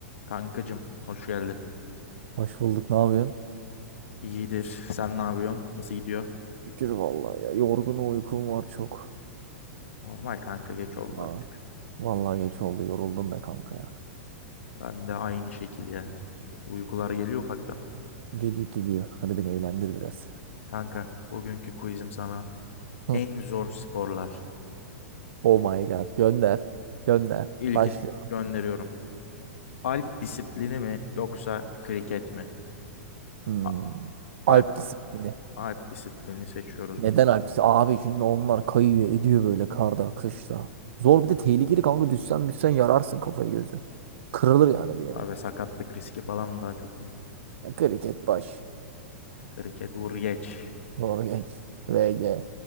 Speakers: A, on the left; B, on the right.
A: Kankacım, hoş geldin.
B: Hoş bulduk. Ne yapıyorsun?
A: İyidir. Sen ne yapıyorsun? Nasıl gidiyor?
B: Şükür vallahi ya. Yorgunum uykum var çok.
A: Normal kanka geç oldu
B: Aa,
A: artık.
B: Vallahi geç oldu. Yoruldum be kanka ya.
A: Ben de aynı şekilde. Uykular geliyor ufakta.
B: Geliyor geliyor. Hadi beni eğlendir biraz.
A: Kanka, bugünkü quizim sana
B: Hı.
A: en zor sporlar.
B: Oh my god. Gönder. Gönder.
A: İlkini
B: Başlayalım.
A: gönderiyorum. Alp disiplini mi yoksa kriket mi?
B: Hmm.
A: A- Alp,
B: Alp disiplini.
A: Alp disiplini seçiyoruz
B: Neden
A: burada.
B: Alp disiplini? Abi şimdi onlar kayıyor ediyor böyle karda kışta. Zor bir de tehlikeli kanka. Düşsen müssen yararsın kafayı gözü. Kırılır yani bir yere.
A: Abi sakatlık riski falan daha çok.
B: E, Kriket baş.
A: Kriket vur geç.
B: Doğru geç. VG.